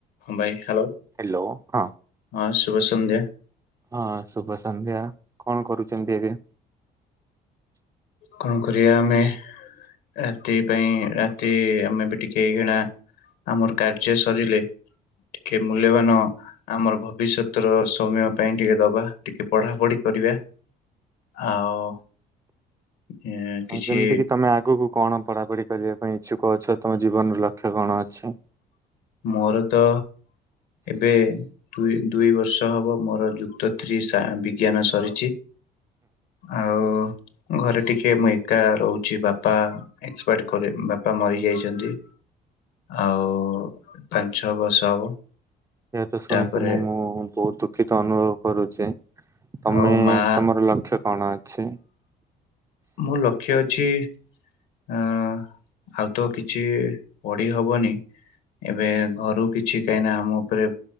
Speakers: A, on the left; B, on the right.
A: ହଁ ଭାଇ ହାଲୋ।
B: ହ୍ୟାଲୋ ହଁ।
A: ହଁ ଶୁଭ ସନ୍ଧ୍ୟା।
B: ହଁ ଶୁଭ ସନ୍ଧ୍ୟା କଣ କରୁଚନ୍ତି ଏବେ।
A: କଣ କରିବା ଆମେ ରାତି ପାଇଁ ରାତି ଆମେ ବି ଟିକେ ଏଇଖିଣା ଆମର କାର୍ଯ୍ୟ ସରିଲେ ଟିକେ ମୂଲ୍ୟବାନ ଆମର ଭବିଷ୍ୟତ ର ସୋମ୍ୟ ପାଇଁ ଟିକେ ଦବା। ଟିକେ ପଢ଼ାପଢ଼ି କରିବା ଆଉ ଏଁ, କିଛି
B: ଆଉ ଯେମିତି କିି ତମେ ଆଗକୁ କଣ ପଢାପଢି କରିବା ପାଇଁ ଇଚ୍ଛୁକ ଅଛ ତମ ଜୀବନର ଲକ୍ଷ୍ୟ କଣ ଅଛି।
A: ମୋର ତ ଏବେ ଦୁଇ ଦୁଇ ବର୍ଷ ହବ ମୋର ଯୁକ୍ତ ଥ୍ରୀ ସା ବିଜ୍ଞାନ ସରିଚି ଆ
B: <inaudible>
A: ଘରେ ଟିକେ ମୁଁ ଏକା ରହୁଚି ବାପା ଏକ୍ସପାଏଡ କରି ବାପା ମରି ଯାଇଚନ୍ତି ଆଉ ପାଞ୍ଛ ବର୍ଷ ହବ।
B: ଏହା ତ ଶୁଣିକି
A: ତାପରେ
B: ମୁଁ ମୁଁ ବହୁ ଦୁଃଖିତ ଅନୁଭବ କରୁଚି। ତମେ
A: ଆଉ ମା
B: ତର ଲକ୍ଷ୍ୟ କଣ ଅଛି।
A: ମୁଁ ଲକ୍ଷ୍ୟ ଅଛି ଅଁ ଆଉ ତ କିଛି ପଢି ହବନି। ଏବେ ଘରୁ କିଛି କାହିଁ ନା ଆମ ଉପରେ